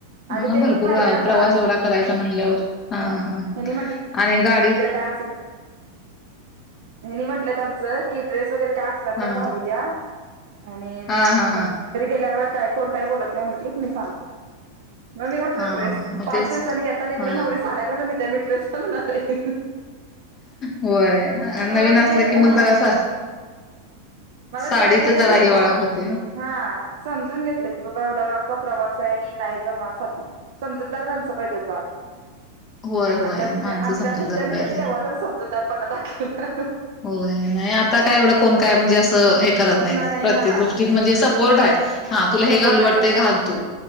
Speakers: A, on the left; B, on the right.
A: मग
B: आणि ते
A: भर
B: पण
A: पूर
B: पहिल्यांदाच
A: प्रवास एवढा करायचा म्हटल्यावर, हा
B: मग
A: हा,
B: ह्यांनी
A: आणि गाडी.
B: काय असलं. हेनी म्हंटलेत आमचं कि, ड्रेस वगैरे काय असला
A: हा
B: तर घालू द्या. आणि
A: हा हा हा
B: घरी गेल्यावर काय कोण काय बोलत नाही, म्हंटलीत मी सांगतो.
A: <unintelligible>
B: मग मी घातलो
A: हा
B: ड्रेस.
A: मग
B: पाच
A: तेच
B: दिवसांनी येताना इकडे
A: हा
B: नवरी साड्या घालून येत्या, मी ड्रेस घालून आलोय.
A: होय. नवीन
B: मला
A: असल
B: ते
A: की मग
B: हा
A: जरा असं.
B: मला
A: साडीत
B: त्यावेळी ते
A: जरा
B: खरं
A: हे, होतंय
B: भा
A: नवं.
B: हा समजून घेतलं की, बाबा एवढ्या लांबचा प्रवास आहे. आणि नाही जमणार साडीत. समजूतदार माणसं पाहिजेत बगा.
A: होय होय
B: आमच्यात
A: माणसं
B: आमच्या
A: समजूदार
B: घरच्यांनी
A: पाहिजे.
B: तर, तेव्हा तर समजूतदारपणा दाखविला.
A: होय, नाही आता काय एवढं कोण काय म्हणजे, असं हे करत नाहीत
B: नाही
A: प्रत्येक
B: हा
A: गोष्टीत. म्हणजे सपोर्ट आहे. हा तुला
B: सपोर्ट
A: हे घालू
B: आहे
A: वाटतंय
B: सगळ्यांचा
A: घाल तू